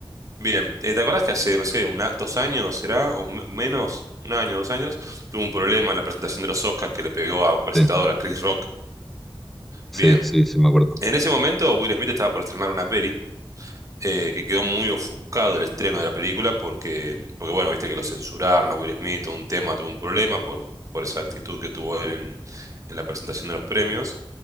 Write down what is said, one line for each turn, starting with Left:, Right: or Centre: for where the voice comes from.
Right: Bien, eh, ¿te acordás que hace, no sé, una, dos años será, o me- menos, un año, dos años, tuvo un problema en la presentación de los Oscars que le pegó a un presentador,
Centre: sí,
Right: a Chris Rock?
Centre: sí,
Right: Bien.
Centre: sí, sí, me acuerdo.
Right: En ese momento, Will Smith estaba por estrenar una peli eh, que quedó muy ofuscado el estreno de la película porque, porque bueno, viste que lo censuraron a Will Smith, todo un tema, tuvo un problema por, por esa actitud que tuvo él en, en la presentación de los premios.